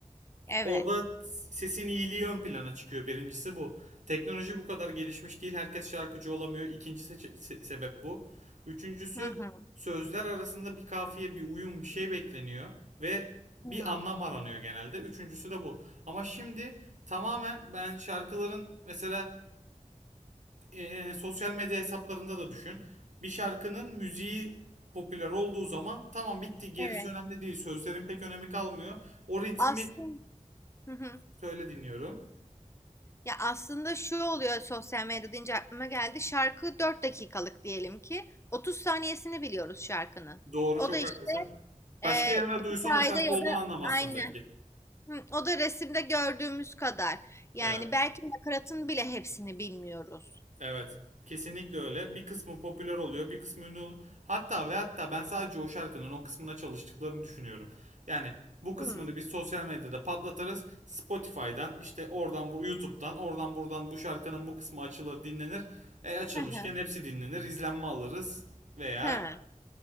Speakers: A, on the left; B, on the right.
A: Evet.
B: Orada sesin iyiliği ön plana çıkıyor. Birincisi bu. Teknoloji bu kadar gelişmiş değil. Herkes şarkıcı olamıyor. İkinci se- sebep bu. Üçüncüsü
A: Hı hı.
B: sözler arasında bir kafiye, bir uyum, bir şey bekleniyor. Ve bir
A: Hı hı.
B: anlam aranıyor genelde. Üçüncüsü de bu. Ama şimdi tamamen ben şarkıların mesela e, sosyal medya hesaplarında da düşün. Bir şarkının müziği popüler olduğu zaman tamam bitti gerisi
A: Evet.
B: önemli değil. Sözlerin pek önemi kalmıyor. O ritmi
A: Aslında Hı hı.
B: söyle dinliyorum.
A: Ya aslında şu oluyor sosyal medya deyince aklıma geldi. Şarkı 4 dakikalık diyelim ki 30 saniyesini biliyoruz şarkının.
B: Doğru
A: O
B: çok
A: da işte
B: haklısın. Başka
A: e,
B: yerine
A: hikayede
B: duysan o şarkı
A: ya
B: olduğunu
A: da
B: anlamazsın
A: aynı
B: belki.
A: Hı, o da resimde gördüğümüz kadar. Yani
B: Evet.
A: belki nakaratın bile hepsini bilmiyoruz.
B: Evet. Kesinlikle öyle. Bir kısmı popüler oluyor, bir kısmı ünlü oluyor. Hatta ve hatta ben sadece o şarkının o kısmına çalıştıklarını düşünüyorum. Yani bu kısmını
A: Hı.
B: biz sosyal medyada patlatırız. Spotify'dan işte oradan bu YouTube'dan oradan buradan bu şarkının bu kısmı açılır dinlenir. E açılmışken
A: Hı hı.
B: hepsi dinlenir, izlenme alırız veya
A: Hı.